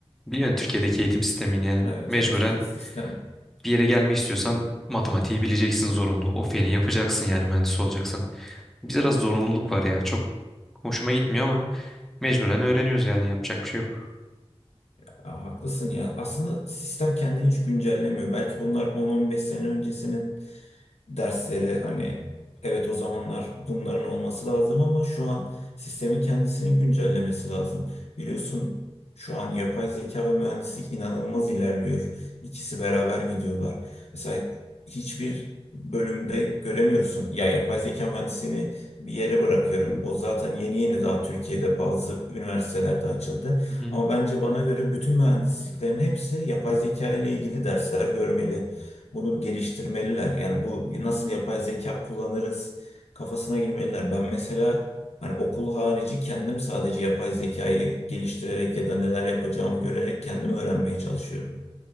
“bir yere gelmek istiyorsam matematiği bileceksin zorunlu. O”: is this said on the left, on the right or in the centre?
Centre